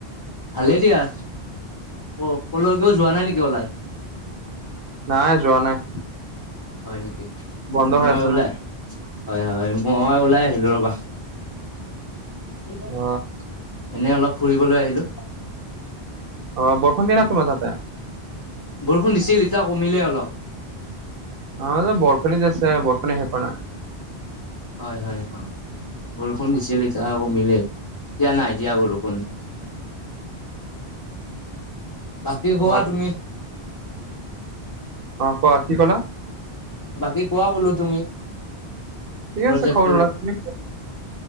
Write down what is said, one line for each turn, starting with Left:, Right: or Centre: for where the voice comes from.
Left: ভালেই দিয়া। অ', কলৈকো যোৱা নাই নেকি ওলাই?
Right: নাই যোৱা নাই।
Left: হয় নেকি?
Right: বন্ধ
Left: মই
Right: হৈ আছে
Left: ওলাই
Right: না
Left: হয় - হয় মই ওলাই আহিলোঁ ৰবা। <unintelligible>
Right: অ
Left: এনে অলপ ফুৰিবলৈ আহিলোঁ।
Right: অ', বৰষণ দিয়া নাই তোমাৰ তাতে?
Left: বৰষুণ দিছিল এতিয়া কমিলে অলপ।
Right: আমাৰ যে বৰষুণে দি আছে, বৰষুণে শেষ হোৱা নাই।
Left: হয় - হয় <unintelligible> বৰষুণ দিছিল এতিয়া আকৌ কমিলে। এতিয়া নাই দিয়া বৰষুণ। বাকী কোৱা
Right: ভাত
Left: তুমি?
Right: কোৱা, কি ক'লা?
Left: বাকী কোৱা বোলোঁ তুমি,
Right: ঠিক
Left: প্ৰজেক্টতোৰ
Right: আছে খবৰ লোৱা
Left: ওপৰত?
Right: তুমি